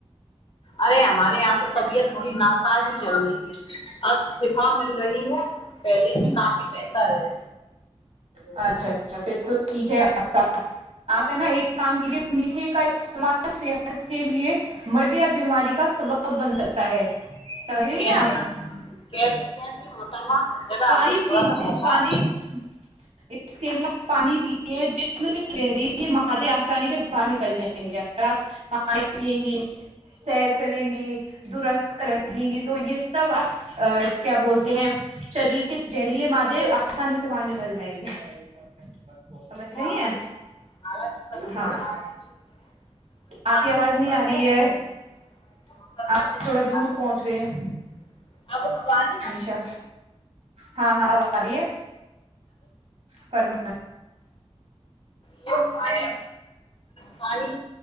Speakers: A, on the left; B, on the right.
A: ارے ہمارے یہاں
B: آپ
A: تو
B: کے
A: طبیعت
B: یہاں
A: ناسااز ہی چل رہی ہے اب شفا مل رہی ہے پہلے سے کافی بہتر ہے
B: اچھا اچھا پھر تو ٹھیک ہے آپ کا آپ ہے نا ایک کام کیجے میٹھے کا استعمال صحت کے لیے مرض یا بیماری کا سبب بن سکتا ہے رہ ہیں
A: کیسے
B: آپ
A: کیسے کیسے محترمہ ذرا
B: پانی
A: ہمیں تھوڑا
B: پینے
A: سا فرمائیں
B: پانی اس کے لیے پانی پی یہ جس میں سے زہریل مادے آسانی سے باہر نکل جائیں گے اگر آپ پانی پیئیں گی سیر کریں گی درست کریں گ تو یہ سب آ کیا بولتے ہیں شریر کے زہریلے مادے آسانی سے باہر نکل جائیں گے سمجھ رہی
A: ہمارے
B: ہیں
A: ہمارا جو شریر
B: ہاں
A: ہے ہمارا جو جسم ہے اس میں پانی
B: آپ کی آواز
A: سب
B: نہیں
A: سے
B: آ رہی
A: زیادہ
B: ہے
A: ویلیو محترمہ
B: آپ
A: جسم
B: تھوڑا
A: ہمارا
B: دور پہنچ
A: جو جسم
B: گئی ہیں
A: ہے اب ہماری محترمہ
B: انشاء ہاں ہاں اب آ رہی ہے فرم
A: ت پانی پنے